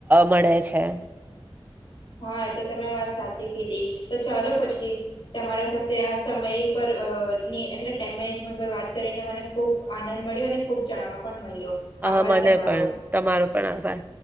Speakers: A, on the right; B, on the left.
A: મળે છે.
B: હા, એ તો તમે વાત સાચી કીધી. તો ચાલો પછી તમારા સાથે આ સમય. ની એટલે ટાઈમ મેનેજમેન્ટ પર વાત કરીને મને ખૂબ. આનંદ મળ્યો અને ખુબ જાણવા પણ મળ્યો.
A: હ!
B: આભાર
A: મને
B: તમારો
A: પણ તમારો પણ આભાર.